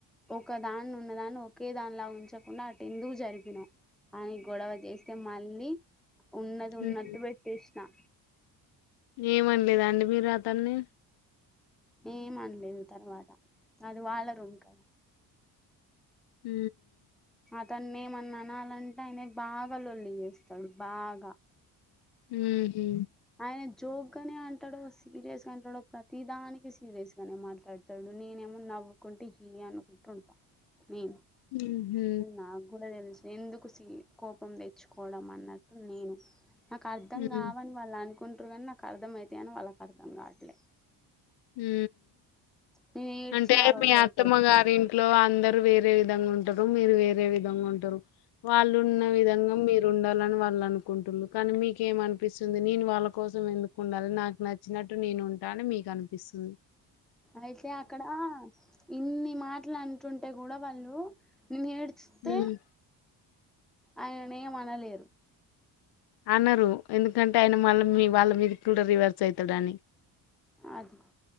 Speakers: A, in the centre; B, on the left.
A: ఒక దాని ఉన్న దాన్ని ఒకే దాని లా ఉంచకుండా అటు ఎందుకు జరిపినాం అని గొడవ చేస్తే మళ్ళీ ఉన్నది ఉన్నట్
B: ఉమ్
A: పెట్టేసిన
B: ఏమండలేదా అండి మీరు అతన్ని
A: ఏం అన్ లేదు తర్వాత అది వాళ్ళ రూంమ్ కదా
B: హ
A: అతన్ని ఏమన్నా అనాలంటే ఆయనే బాగా లోల్లి చేస్తాడు బాగా
B: ఉహ ఇ
A: ఆయన జోగగానే అంటాడో సీరియస్ గా అంటాడో ప్రతిీదానికి సీరియస్ గానే మాట్లాడతాడు నేనేమో నవ్వుకుంటే హీ అనుకుంటూంటా నీ
B: హుహు.
A: నాకు కూడా తెలుసు ఎందుకు సీ కోపం తెచ్చుకోవడం అన్నట్టు నేను నాకు అర్ధం
B: హ్మ్.
A: కావని అలా అనుకుంటారు కానీ నాకు అర్థం అవుతాయి అని వాళ్ళకి అర్థం కావట్లే
B: హ
A: నేను ఏడ్చిన
B: అంటే
A: ఆ రోజు
B: మీ అత్తమ్మ
A: అయితే
B: గారింటి ఇంట్లో లో అందరు వేరే విధంగా ఉంటారు మీరు వేరే విధంగా ఉంటారు వాళ్ళు ఉన్న విధంగా మీరు ఉంట ఉండాలని వాళ్ళు అనుకుంటు కానీ మీకేమ అనిపిస్తుంది నేను వాళ్ళ కోసం ఎందుకు ఉండాలి నాకు నచ్చినట్టు నేను ఉంటా అని మీకు అనిపి పిస్తు
A: అయితే అక్కడ ఇన్ని మాటలు అంట చ ఉంటే కూడా వాళ్ళు నేను ఎడుస్తే
B: హ్మ్.
A: ఆయనేమ్ అనలేరు
B: అన్నారు ఎందుకంటే ఆయన మళ్ళ మీ వాళ్ళ మీద కూడా రివర్స్ అయితాడు అని
A: అది